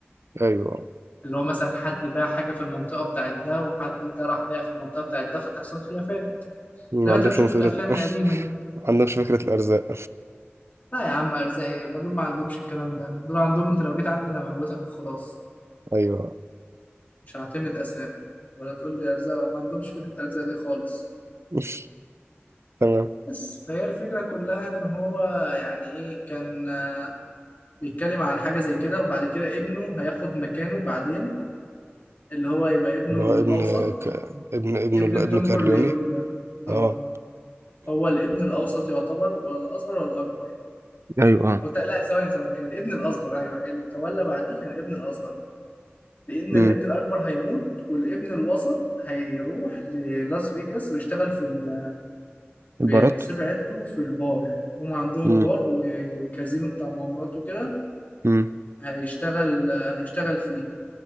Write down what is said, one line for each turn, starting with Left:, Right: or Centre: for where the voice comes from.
Right: أيوه
Left: اللي هو مثلا حد باع حاجة في المنطقة بتاعت ده وحد ده راح باع في المنطقة بتاعت ده فتحصل خلافات
Right: ما
Left: زي ما
Right: عندهمش
Left: انت بتشوف
Right: هم فكرة
Left: في الأفلام
Right: <laughs>
Left: القديمة دي
Right: ما عندهمش فكرة الأرزاق
Left: لا يا عم أرزاقي ما دول ما عندهمش الكلام ده دول عندهم انت لو جيت عندنا أنا هموتك وخلاص
Right: أيوه
Left: مش هعتمد أسامي ولا تقول لي أرزاق ما عندهمش فكرة أرزاق دي خالص
Right: <laughs> تمام
Left: بس فهي الفكرة كلها إن هو يعني إيه كان آه، بيتكلم عن حاجة زي كده وبعد كده ابنه هياخد مكانه بعدين اللي هو يبقى ابنه
Right: اللي
Left: الأوسط
Right: هو ابن ك... ابن ابن
Left: ابن
Right: اللي
Left: الدون
Right: هو ابن كارليوني
Left: كورليوني ده اه
Right: اه
Left: هو الابن الأوسط يعتبر ولا الأصغر ولا الأكبر؟
Right: ايوه اه
Left: أو تق- لا ثواني ثواني كان الابن الأصغر أيوه اللي تولى بعديه كان الابن الأصغر لأن
Right: امم
Left: الابن الأكبر هيموت والابن الوسط هيروح للاس فيجاس ويشتغل في ال...
Right: البارات
Left: في نصيب عيلته في البار هم عندهم
Right: امم
Left: بار وكازينو بتاع مؤامرات وكده
Right: امم
Left: هيشتغل هيشتغل فيه